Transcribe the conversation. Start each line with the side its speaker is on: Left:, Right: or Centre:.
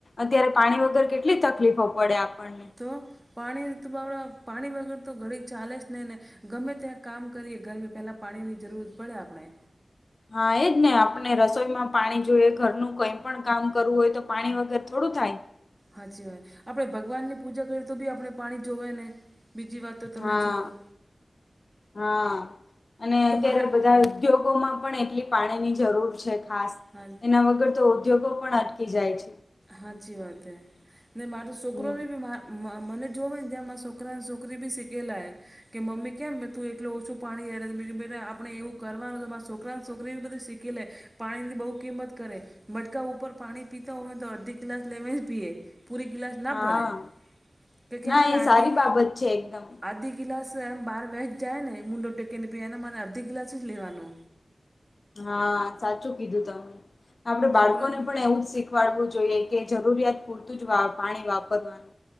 Left: અત્યારે પાણી વગર કેટલી તકલીફો પડે આપણ
Right: તો પાણી તો <unintelligible> પાણી વગર તો ઘડી ચાલે જ નહીં ને ગમે ત્યાં કામ કરીએ, ઘરમે પેલા પાણીની જરૂરત પડે આપડે
Left: હા, એજને આપડે રસોઈમાં પાણી જોઈએ ઘરનું કઈ પણ કામ કરવું હોય તો પાણી વગર થોડું થાય.
Right: હાચી વાત, આપડે ભગવાનની પૂજા કરીએ તો બી આપડે પાણી જોવે ને બીજી વાત તો તમે
Left: હા
Right: છોડો
Left: હા અને
Right: તો
Left: અત્યારે
Right: મારા
Left: બધા ઉદ્યોગોમાં પણ એટલી પાણીની જરૂર છે, ખાસ
Right: હા.
Left: એના વગર તો ઉદ્યોગો પણ અટકી જાય છે.
Right: હાચી વાત હે, ને મારો છોકરોને
Left: હમ
Right: બી મા મા મને જોવે ને ત્યાં મારા છોકરાં છોકરી બી સીખેલા હૈ. કે મમ્મી કેમ તું એટલુ ઓછું પાણી રેડે બો આપડે એવું કરવાનું તો મારા છોકરાને છોકરી બધી શીખી લે પાણીની બો કિંમત કરે, મટકા ઉપર પાણી પીતા હોય. તો અર્ધી ગ્લાસ લેવે પીએ, પૂરી ગિલાસ ના
Left: હા
Right: પરે તે કેમ
Left: ના
Right: કે
Left: એ
Right: આધી
Left: સારી બાબત છે એકદમ
Right: આધી ગ્લાસ એમ બહાર વહેંચ જાય ને મુંડો ટેકીને પીને મારે અધી ગિલાસ જ લેવાનો
Left: હા સાચું કીધું તમે આપડે બાળકોને
Right: છોકરા
Left: પણ એવું જ શીખ વાળવું જોઈએ કે જરૂરિયાત પૂરતું જ વા પાણી વાપરવાનું